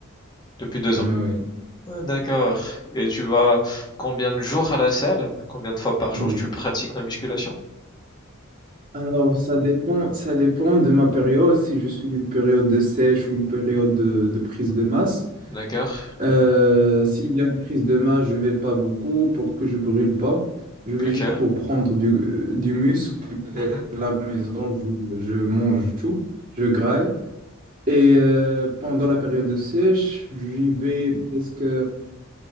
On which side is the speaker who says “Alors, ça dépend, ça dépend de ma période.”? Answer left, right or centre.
Right